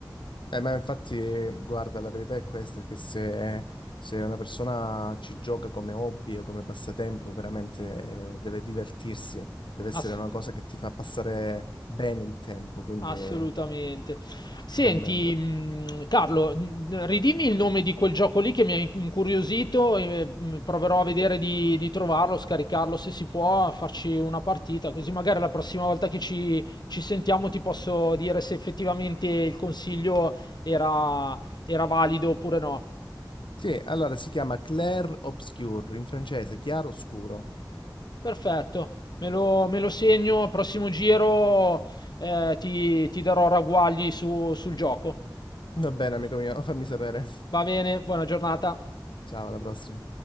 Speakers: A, on the left; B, on the left.
A: Eh, ma infatti, eh, guarda, la verità è questa, che se, se una persona ci gioca come hobby e come passatempo, veramente eh, deve divertirsi, deve essere
B: Ass-
A: una cosa che ti fa passare bene il tempo, quindi
B: Assolutamente.
A: eh,
B: Senti,
A: ben venga.
B: mh, Carlo, mh, ridimmi il nome di quel gioco lì che mi ha incuriosito e mh, proverò a vedere di, di trovarlo, scaricarlo se si può, a farci una partita, così magari la prossima volta che ci, ci sentiamo ti posso dire se effettivamente il consiglio era, era valido oppure no.
A: Sì, allora si chiama Clair Obscur, in francese, chiaro scuro.
B: Perfetto, me lo, me lo segno, al prossimo giro eh, ti, ti darò ragguagli su- sul gioco.
A: Va bene, amico mio, fammi sapere. <laughs>
B: Va bene, buona giornata.
A: Ciao, alla prossima.